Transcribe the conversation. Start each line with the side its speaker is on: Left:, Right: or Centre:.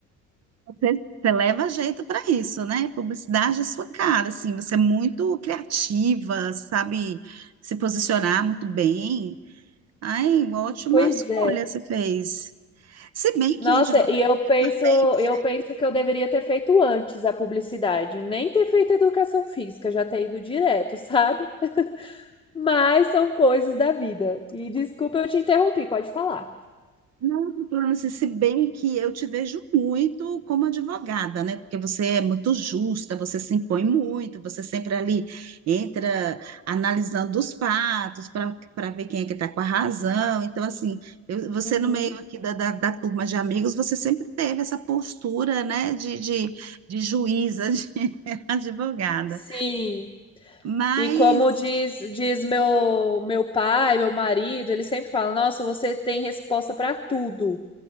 Right: Você, você leva jeito para isso, né? Publicidade é sua cara, assim, você é muito criativa, sabe se posicionar muito bem. Ai, ótima
Left: Pois
Right: escolha
Left: é.
Right: você fez. Se bem
Left: Nossa,
Right: que em advocacia
Left: e eu penso,
Right: também você
Left: eu penso que eu deveria ter feito antes a publicidade, nem ter feito educação física, já ter ido direto, <laughs> sabe? Mas são coisas da vida. E desculpa eu te interrompi, pode falar.
Right: Não, doutora, mas se bem que eu te vejo muito como advogada, né? Porque você é muito justa, você se impõe muito, você sempre ali entra analisando os fatos para para ver quem é que está com a razão. Então, assim, eu- você
Left: Uhum.
Right: no meio aqui da, da, da turma de amigos, você sempre teve essa postura, né, de, de, de juíza, de <laughs> advogada.
Left: Sim.
Right: Mas,
Left: E como diz, diz meu, meu pai, meu marido, ele sempre fala: Nossa, você tem resposta para tudo.